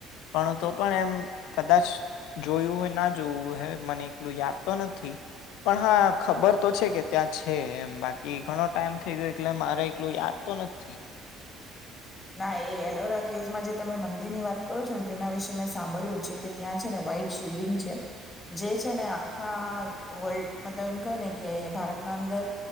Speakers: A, on the left (about 65°); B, on the left (about 20°).
A: પણ તો પણ એમ કદાચ જોયું હોય ના જોવું હોય હ મને એકલું યાદ તો નથી પણ હા ખબર તો છે કે ત્યાં છે એમ બાકી ઘણો ટાઈમ થઈ ગયો એટલે મારે એકલું યાદ તો નથી. <unintelligible>
B: ના એ એલોરા કેવસમાં જે તમે મંદિર ની વાત કરો છો ને તેના વિશે મેં સાંભળ્યું છે કે ત્યાં છે ને વ્હાઈટ શિવલિંગ છે જે છે ને આખા વર્લ્ડ મતલબ એમ કહે ને કે ભારતના અંદર